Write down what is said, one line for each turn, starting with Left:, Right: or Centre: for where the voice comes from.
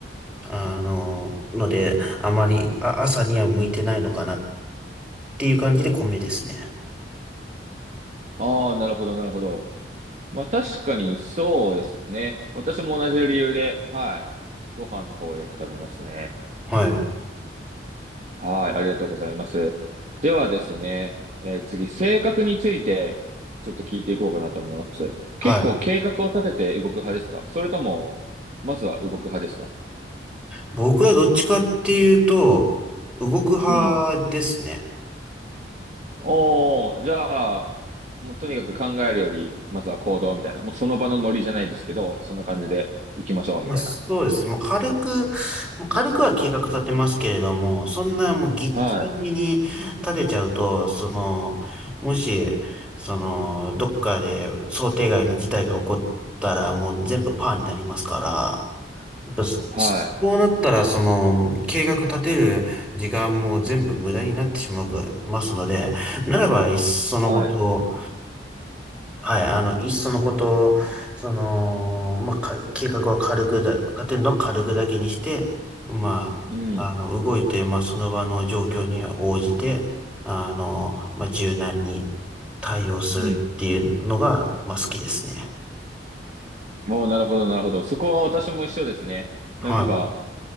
Centre: あの、ので、あまり、あ、朝には向いてないのかなっていう感じで米ですね。
Right: ああ、なるほど、なるほど。まあ確かにそうですね。私も同じ理由で、はい、ご飯の方をよく食べますね。
Centre: はい。
Right: はい、ありがとうございます。ではですね、えー次、性格についてちょっと聞いていこうかなと思います。
Centre: はい。
Right: 結構計画を立てて動く派ですかそれとも、まずは動く派ですか
Centre: 僕はどっちかっていうと、動く派ですね。
Right: うん。おー、じゃあ、もうとにかく考えるより、まずは行動みたいな。もうその場のノリじゃないですけど、そんな感じで行きましょうみたいな。
Centre: まあ、そうですね。もう軽く、もう軽くは計画立てますけれども、そんなもうギッチギチに立てちゃうと、
Right: はい、
Centre: その、もし、その、どっかで想定外の事態が起こったら、もう全部パーになりますから、やっぱそ
Right: はい、
Centre: そうなったら、その、計画立てる時間も全部無駄になってしまいますので、ならば、いっそのこと
Right: はい。
Centre: はい、あの、いっそのこと、その、まあ、か計画は軽くだ、立てるのは軽くだけにして、まあ、
Right: うん、
Centre: あの、動いて、まあ、その場の状況に応じて、あの、まあ、柔軟に対応するっていうのが、
Right: うん。
Centre: まあ、好きですね。
Right: もうなるほど、なるほど。そこは私も一緒ですね。
Centre: はい。
Right: なんか、